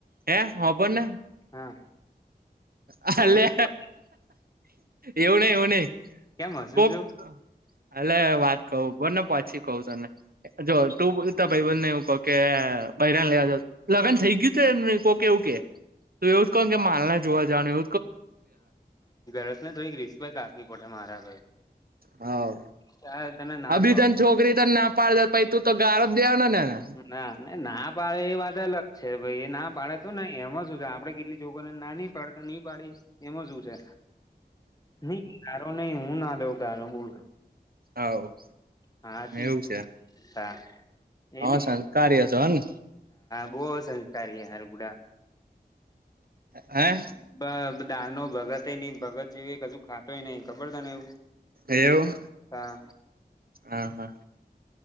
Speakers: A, on the right; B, on the left.
A: હે હબરને
B: હા
A: હ
B: છોકરી
A: હલે એવ ન એવ ન
B: કેમ હસું
A: કોક
B: છું
A: એલે વાત કવ બો ને પછી કહું તને જો તું બતા ભાઈ બંધ ને એવું કહ કે બૈરાને લેવા જ લગ્ન થઈ ગયું છેને કોકે એવું કે તો એવું જ કહ કે માલ ના જોવા જવા એવ
B: ગસને થોડીક રિસ્પેક્ટ આપવી પડે મારા
A: હા
B: ચાર તને ના
A: અભી
B: કો
A: તને છોકરી તો ના પાડ પછ તું તો ગારો જ દેવાનો નેને
B: ના ના પાડે એ વાત અલગ છે ભાઈ એ ના પાડે તો નઈ એમાં શું છે આપડે કેટલી જો કોને ના ન પાડતા નહી પાડી એમાં શું છે. નહી તારો નહી હું ના દઉ કારો બોલ
A: હવ
B: હા
A: એવું છે
B: એ
A: હવ
B: બી
A: સંસ્કારી હશો હને
B: બહ સંસ્કારી હાલગુડા
A: હે
B: બ દાલ ન ભગત નહ ભગત જેવી કજુ ખાતોય નહ ખબર ત ને એવું
A: એવું
B: હા
A: હા હા